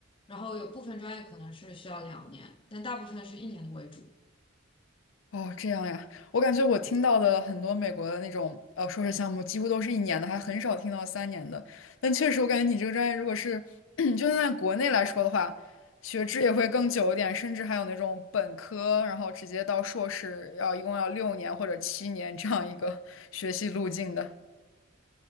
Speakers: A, on the left; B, on the left.
A: 然后有部分专业可能是需要两年，但大部分是一年的为主。
B: 哦，这样呀，我感觉我听到的很多美国的那种呃硕士项目，几乎都是一年的，还很少听到三年的。但确实，我感觉你这个专业，如果是 <clears throat> 就算在国内来说的话，学制也会更久一点，甚至还有那种本科，然后直接到硕士，要一共要六年或者七年这样一个 <laughs> 学习路径的。